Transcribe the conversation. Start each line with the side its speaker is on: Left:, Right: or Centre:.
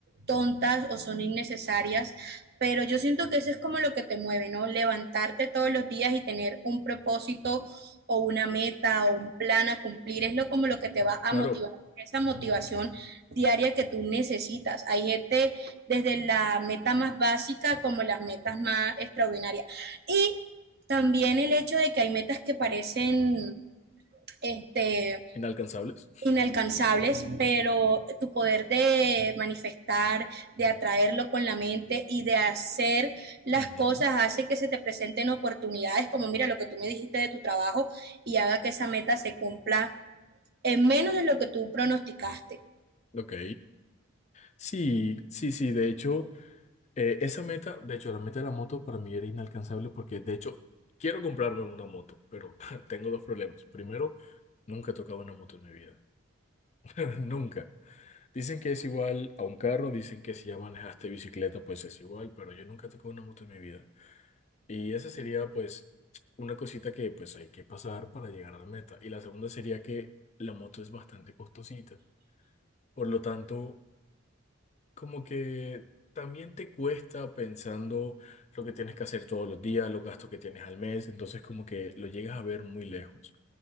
Right: tontas o son innecesarias, pero yo siento que eso es como lo que te mueve, ¿no? Levantarte todos los días y tener un propósito o una meta o un plan a cumplir es lo como lo que te va a
Left: Claro,
Right: motivar, esa motivación diaria que tú necesitas. Hay gente desde la meta más básica como las metas más extraordinarias. Y también el hecho de que hay metas que parecen este,
Left: inalcanzables.
Right: inalcanzables, pero tu poder de manifestar, de atraerlo con la mente y de hacer las
Left: Ujú.
Right: cosas hace que se te presenten oportunidades, como mira lo que tú me dijiste de tu trabajo y haga que esa meta se cumpla en menos de lo que tú pronosticaste.
Left: Ok. Sí, sí, sí, de hecho, eh, esa meta, de hecho, la meta de la moto para mí era inalcanzable porque, de hecho, quiero comprarme una moto, pero <laughs> tengo dos problemas. Primero, nunca he tocado una moto en mi vida, <laughs> nunca. Dicen que es igual a un carro, dicen que si ya manejaste bicicleta, pues es igual, pero yo nunca he tocado una moto en mi vida. Y esa sería, pues, una cosita que, pues, hay que pasar para llegar a la meta. Y la segunda sería que la moto es bastante costosita. Por lo tanto, como que también te cuesta pensando lo que tienes que hacer todos los días, los gastos que tienes al mes, entonces como que lo llegas a ver muy lejos,